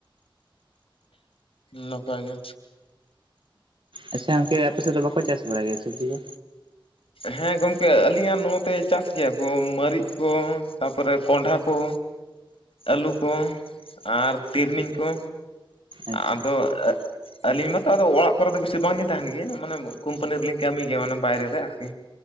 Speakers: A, on the left (about 85°); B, on the right (about 65°).
A: ᱱᱟᱯᱟᱭ ᱜᱮ᱾
B: ᱟᱪᱪᱷᱟ ᱜᱚᱝᱠᱮ ᱟᱯᱮᱥᱮᱫ ᱵᱟᱠᱚ ᱪᱟᱥ ᱵᱟᱲᱟᱭ ᱜᱮᱭᱟ ᱥᱚᱵᱽᱡᱤ ᱠᱚ?
A: ᱦᱮᱸ ᱜᱚᱝᱠᱮ ᱟᱹᱞᱤᱧᱟᱜ ᱱᱚᱛᱮ ᱪᱟᱥ ᱜᱮᱭᱟ ᱠᱚ ᱢᱟᱹᱨᱤᱪ ᱠᱚ ᱛᱟᱯᱚᱨᱮ ᱠᱚᱸᱰᱷᱟ ᱠᱚ, ᱟᱹᱞᱩ ᱠᱚ, ᱟᱨ ᱛᱤᱞᱢᱤᱧ ᱠᱚ
B: ᱟᱪᱪᱷᱟ
A: ᱟᱫᱚ ᱟᱹᱞᱤᱧ ᱢᱟᱛᱚ ᱟᱫᱚ ᱚᱲᱟᱜ ᱠᱚᱨᱮᱫ ᱫᱚ ᱵᱤᱥᱤ ᱵᱟᱝᱞᱤᱧ ᱛᱟᱦᱮᱱ ᱜᱮᱭᱟ ᱢᱟᱱᱮ ᱠᱳᱢᱯᱟᱱᱤ ᱨᱮᱞᱤᱧ ᱠᱟᱹᱢᱤ ᱜᱮᱭᱟ ᱢᱟᱱᱮ ᱵᱟᱭᱨᱮ ᱨᱮ ᱾ <unintelligible>